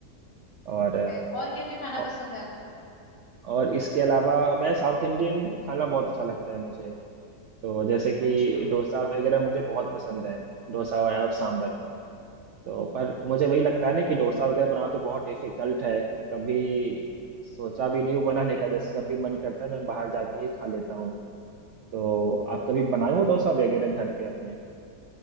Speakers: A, on the right; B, on the left.
A: और
B: वो तो है और क्या क्या खाना
A: औ-
B: पसंद है आपको
A: और इसके अलावा मैं साउथ इंडियन खाना बहुत अच्छा लगता है मुझे तो जैसे कि
B: अच्छा
A: डोसा वगैरह मुझे बहुत पसंद है डोसा और, और सांभर तो पर मुझे वही लगता है ना कि डोसा वगैरह बनाना तो बहुत डिफिकल्ट है कभी सोचा भी नहीं हूँ बनाने का जैसे जब भी मन करता है मैं बाहर जाके ही खा लेता हूँ तो आप कभी बनाए हो डोसा वगैरह घर पे अपने